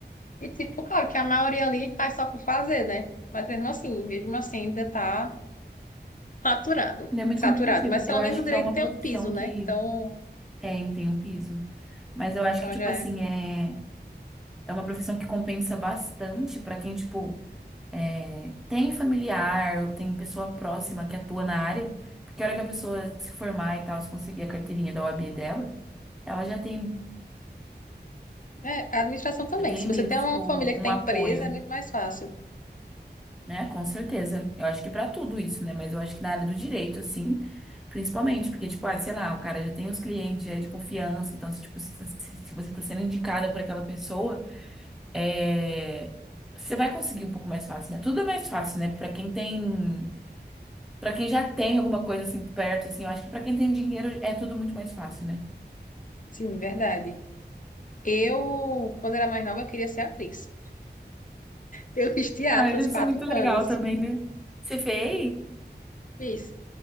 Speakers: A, on the left (about 50°); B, in the centre.
A: E tipo, claro que a maioria ali faz só por fazer, né? Mas mesmo assim, mesmo assim ainda tá saturado,
B: E É muito
A: saturado.
B: competitivo.
A: Mas pelo
B: Eu acho
A: menos o direito
B: que é uma
A: tem
B: profissão
A: um piso, né?
B: que
A: Então,
B: tem, tem um piso. Mas eu acho
A: então
B: que, tipo
A: já
B: assim,
A: é.
B: é, é uma profissão que compensa bastante pra quem, tipo, É, tem familiar ou tem pessoa próxima que atua na área, porque a hora que a pessoa se formar e tal, se conseguir a carteirinha da OAB dela, ela já tem,
A: É, a administração também.
B: já tem
A: Se você
B: meio
A: tem
B: que
A: uma
B: tipo
A: família que
B: um
A: tem
B: apoio,
A: empresa, é muito mais fácil.
B: né? Com certeza. Eu acho que pra tudo isso, né? Mas eu acho que na área do direito, assim, principalmente, porque, tipo, ah, sei lá, o cara já tem os clientes, já é de confiança, então, se, tipo, se, tá- se- se você tá sendo indicada por aquela pessoa, é, Você vai conseguir um pouco mais fácil, né? Tudo é mais fácil, né? Pra quem tem Pra quem já tem alguma coisa assim perto, assim, eu acho que pra quem tem dinheiro é tudo muito mais fácil, né?
A: Sim, verdade. Eu, quando era mais nova, eu queria ser atriz. Eu fiz teatro
B: Ai, deve
A: uns quatro
B: ser muito legal
A: anos.
B: também, né? Você fez?
A: Fiz.